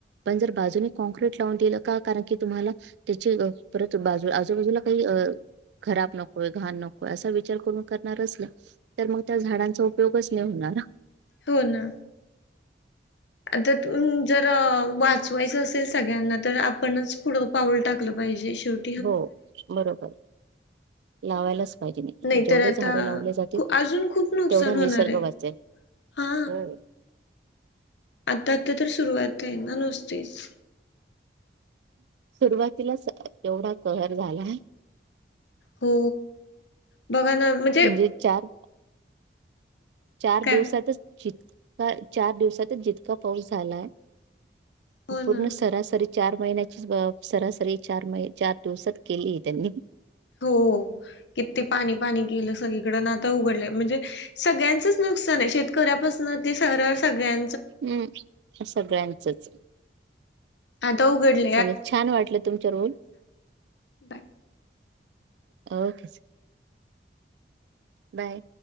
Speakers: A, on the right; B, on the left.
A: आपण जर बाजूने कॉनक्रीट लावून दिलं का कारण की तुम्हाला त्याची परत बाजू आजूबाजूला काही अ खराब नकोय घाण नकोय असा विचार करून करणारच नाही तर मग त्या झाडांचा उपयोगच नाही होणार.
B: हो ना. आता तून जर वाचवायचं असेल सगळ्यांना तर आपणच पुढं पाऊल टाकलं पाहिजे शेवट
A: हो बरोबर लावायलाच हिजे नाही
B: नाहीतर
A: जेवढे
B: आता
A: झाडे लावले जातील
B: खू अजून खूप नुकसान
A: तेवढे
B: होणार
A: निसर्ग
B: आहे
A: वाचेल.
B: हा
A: हो <unintelligible>
B: आता. आता तर सुरुवात आहे ना नुसतीच.
A: सुरुवातीलाच तेवढा कहर झाला.
B: हो बघा ना म्ह
A: म्हणजे चार चार
B: काय
A: दिवसातच श ह्या चार दिवसांतच जितका पाऊस झालायं,
B: हो
A: पूर्ण
B: ना
A: सरासरी. चार महिन्याची, सरासरी चार म चार दिवसात केली तेनी.
B: हो किती पाणी पाणी केलं सगळीकड. आता उघडलं म्हणजे, सगळ्यांचं नुकसान आहे, शेतकऱ्यापासन ते सर सगळ्यां
A: हम्म, सगळ्यांचच.
B: आता उघड
A: चालेल छान वाटलं तुमच्या रोल.
B: बाय.
A: ओके चल बाय.